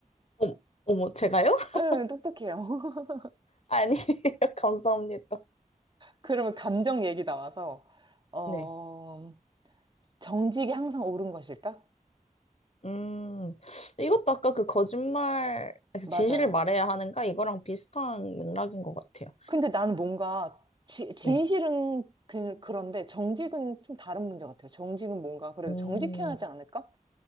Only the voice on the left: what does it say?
어, 어머, 제가요? <laughs>
아니에요. <laughs> 감사합니다.
네.
음, 이것도 아까 그 거짓말, 그
진실을 말해야 하는가? 이거랑 비슷한 맥락인 것 같아요.
네.
음,